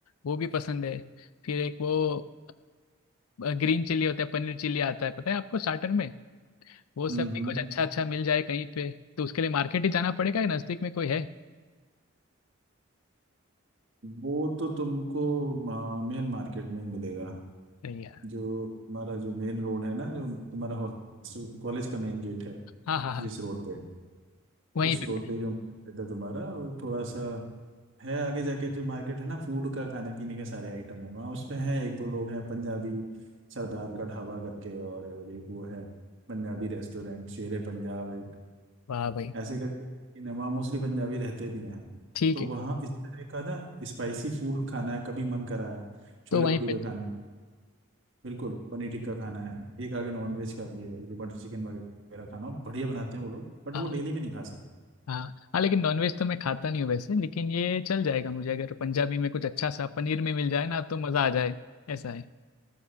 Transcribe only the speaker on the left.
वो भी पसंद है फिर एक वो ग्रीन चिली होता है पनीर चिली आता है पता है आपको स्टार्टर में वो सब
भी
कुछ अच्छा अच्छा मिल जाए कहीं पे तो उसके लिए मार्केट ही जाना पड़ेगा या नजदीक में कोई है
नहीं
हाँ हाँ हाँ
वहीं
पे
मिला
वाह भाई
ठीक
है
तो वहीं
पे
हाँ
हाँ हाँ लेकिन नॉनवेज तो मैं खाता नहीं हूँ वैसे लेकिन ये चल जाएगा मुझे अगर पंजाबी में कुछ अच्छा सा पनीर में मिल जाए ना तो मज़ा आ जाए ऐसा है